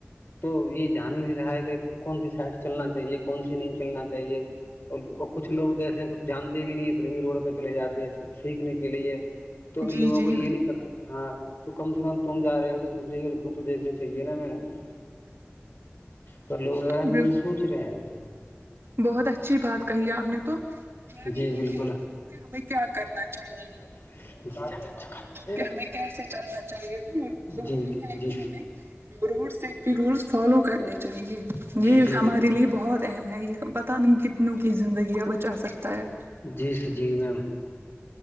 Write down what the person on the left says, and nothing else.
تو یہ دھیان ہی نہیں رہا ہے کہ کون سی سائڈ چلنا چاہیے کون سی نہیں چلنا چاہیے اور کچھ لوگ تو ایسے ہیں کچھ جانتے بھی نہیں پھر بھی روڈ پہ چلے جاتے ہیں سیکھنے کے لیے تو ان
لووں
کو یہ نہیں ہاں تو کم سے کم تم جا رہے ہو تو دوسرے کیب تو دیکھنی چاہیے نا میڈم جی
تو لوگ ا
ج سوچ رہے ہیں
جی
بالکل
ج <unintelligible>
جی
جی
جی
جی جی میم